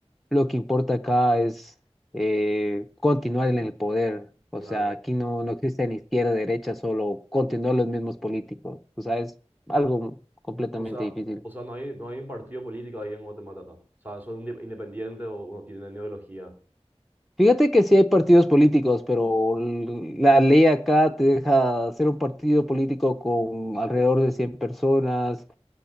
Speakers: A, in the centre; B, on the right (about 15°).
A: lo que importa acá es eh, continuar en el poder. O
B: claro.
A: sea, aquí no, no existe ni izquierda, derecha, solo continuar los mismos políticos. O sea, es algo completamente
B: O sea,
A: difícil.
B: o sea, no hay, no hay un partido político ahí en Guatemala. ¿no? O sea, son un inde- independiente o uno tiene una ideología.
A: Fíjate que sí hay partidos políticos, pero l- la ley acá te deja hacer un partido político con alrededor de 100 personas.